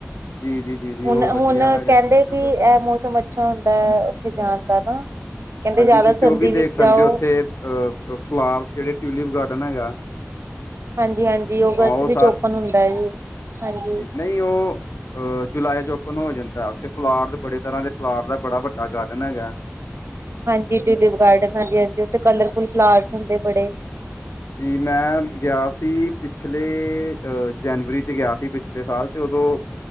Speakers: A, on the left (about 80°); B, on the right (about 75°).
A: ਜੀ ਜੀ ਜੀ ਜੀ
B: ਹੁਣ
A: ਉਹ ਵਧੀਆ
B: ਹੁਣ
A: ਹੈਗਾ
B: ਕੈਂਦੇ
A: ਸ਼੍ਰੀਨਗਰ
B: ਕਿ ਇਹ ਮੌਸਮ ਅਛ ਅੱਛਾ ਹੁੰਦਾ ਐ ਉੱਥੇ ਜਾਣ ਦਾ ਨਾ, ਕੈਂਦੇ
A: ਹਾਂਜੀ
B: ਜ਼ਿਆਦਾ
A: ਤੁਸੀਂ
B: ਸਰਦੀ
A: ਉਹ ਵੀ ਦੇਖ
B: ਵਿੱਚ
A: ਸਕਦੇ
B: ਜਾਓ
A: ਉੱਥੇ ਅਹ ਫਲਾਰ ਜਿਹੜੇ ਟਿਊਲਿਪ ਗਾਰਡਨ ਹੈਗਾ।
B: ਹਾਂਜੀ ਹਾਂਜੀ, ਅਗਸਤ
A: ਹਾਂ ਉਹ
B: ਵਿੱਚ ਓਪਨ ਹੁੰਦਾ ਐ ਜੀ, ਹਾਂਜੀ।
A: ਨਈਂ ਓ ਅ ਜੁਲਾਈ ਚ ਓਪਨ ਹੋ ਜਾਂਦਾ ਉਥੇ ਫਲਾਰ ਬੜੇ ਤਰ੍ਹਾਂ ਦੇ, ਫਲਾਰ ਦਾ ਬੜਾ ਵੱਡਾ ਗਾਰਡਨ ਹੈਗਾ।
B: ਹਾਂਜੀ ਟਿਊਲਿਪ ਗਾਰਡਨ ਹਾਂਜੀ, ਹਾਂਜੀ ਉੱਥੇ ਕਲਰਫੁਲ ਫਲਾਰਸ ਹੁੰਦੇ ਬੜੇ
A: ਜੀ ਮੈਂ ਗਿਆ ਸੀ ਪਿਛਲੇ ਅਹ ਜਨਵਰੀ ਚ ਗਿਆ ਸੀ ਪਿਛਲੇ ਸਾਲ ਤੇ ਉਦੋਂ